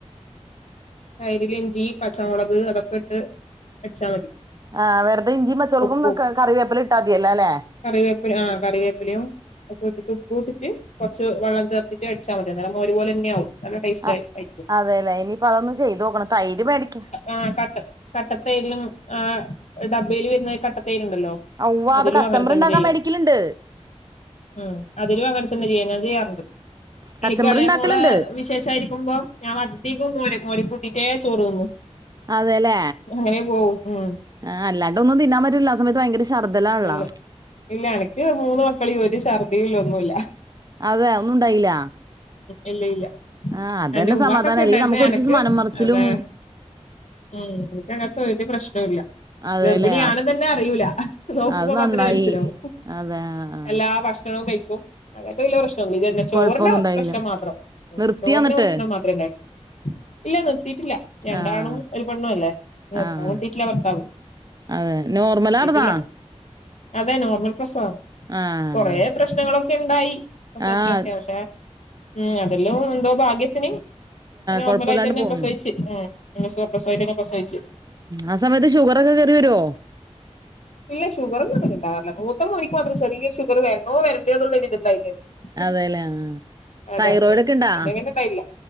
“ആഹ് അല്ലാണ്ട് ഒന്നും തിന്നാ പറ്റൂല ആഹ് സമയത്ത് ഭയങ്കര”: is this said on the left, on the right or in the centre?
Right